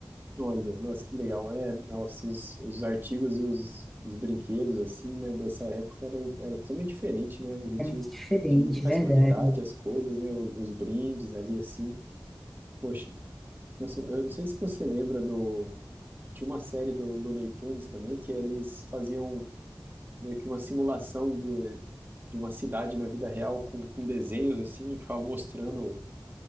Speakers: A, on the right; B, in the centre.
A: Olha, nossa, que legal. É, nossa, os, os artigos e os, os brinquedos, assim, né, dessa época era, era totalmente diferente, né? A gente
B: É muito diferente,
A: tinha muito mais
B: verdade.
A: qualidade as coisas, né? o- Os, brindes ali, assim. Poxa, nossa, eu não sei se você lembra do, Tinha uma série do Looney Tunes também que eles faziam meio que uma simulação de, de uma cidade na vida real com, com desenhos assim, e ficavam mostrando